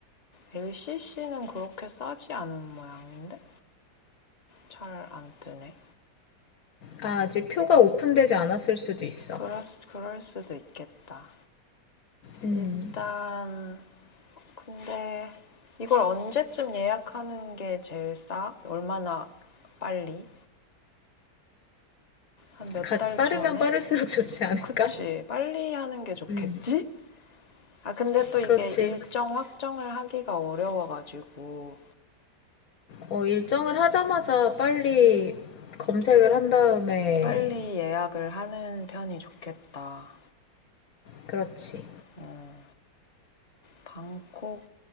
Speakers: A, on the left; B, on the left.
A: LCC는 그렇게 싸지 않은 모양인데 잘 안 뜨네.
B: 아, 아직 표가 오픈되지 않았을 수도 있어.
A: 그럴, 수- 그럴 수도 있겠다.
B: 음,
A: 일단 근데 이걸 언제쯤 예약하는 게 제일 싸? 얼마나 빨리? 한 몇
B: 가,
A: 달
B: 빠르면
A: 전에?
B: 빠를수록 <laughs> 좋지 않을까?
A: 그치 빨리 하는 게 좋겠지?
B: 음.
A: 아 근데 또 이게
B: 그렇지.
A: 일정 확정을 하기가 어려워가지고
B: 어, 일정을 하자마자 빨리 검색을 한 다음에,
A: 빨리 예약을 하는 편이 좋겠다.
B: 그렇지.
A: 음, 방콕